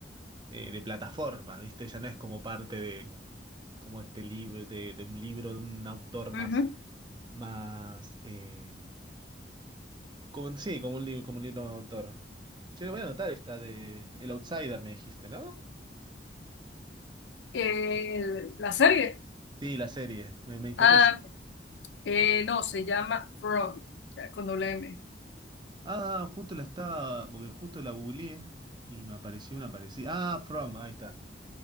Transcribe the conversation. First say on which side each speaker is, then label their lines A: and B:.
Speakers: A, on the right; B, on the left.
A: eh, de plataforma, ¿viste? Ya no es como parte de, como este libro, de, de un libro, de un autor más,
B: ujú.
A: más, eh, como, sí, como un libro, como un libro de autor. Che, lo voy a anotar esta de El Outsider, me dijiste, ¿no?
B: Eh, la serie,
A: Sí, la serie, me, me interesa.
B: ah, eh, no, se llama From, ya, con doble M.
A: Ah, justo la estaba, porque justo la googleé y me apareció una parecida. Ah, From, ahí está.